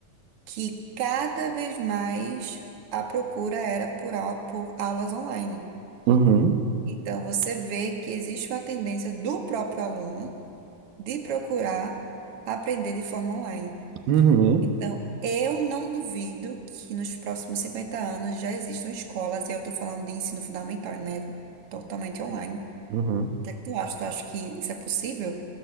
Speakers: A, on the right; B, on the right.
A: que cada vez mais a procura era por, au- por aulas online.
B: Uhum,
A: Então, você vê que existe uma tendência do próprio aluno de procurar aprender de forma online.
B: uhum,
A: Então, eu não duvido que nos próximos 50 anos já existam escolas, e eu estou falando de ensino fundamental e médio, totalmente online.
B: uhum.
A: O que é que tu acha? Tu acha que isso é possível?